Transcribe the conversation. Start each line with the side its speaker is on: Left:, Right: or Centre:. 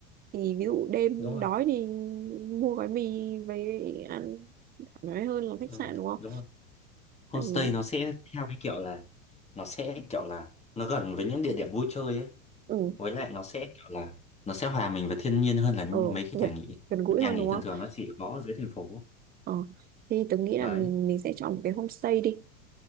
Right: thì ví dụ đêm
Left: đúng rồi
Right: đói thì mua gói mì về ăn nói hơn là khách
Left: ừ,
Right: sạn đúng không
Left: đúng rồi Homestay
Right: tại vì
Left: nó sẽ theo cái kiểu là nó sẽ kiểu là nó gần với những địa điểm vui chơi ấy.
Right: ừ
Left: Với lại nó sẽ kiểu là nó sẽ hòa mình với thiên nhiên hơn là những-
Right: ừ
Left: mấy cái
Right: gần
Left: nhà nghỉ.
Right: gần gũi
Left: Nhà
Right: hơn
Left: nghỉ
Right: đúng
Left: thường
Right: không
Left: thường nó chỉ có ở dưới thành phố.
Right: ờ thì tôi nghĩ
Left: Đấy.
Right: là mình mình sẽ chọn một cái homestay đi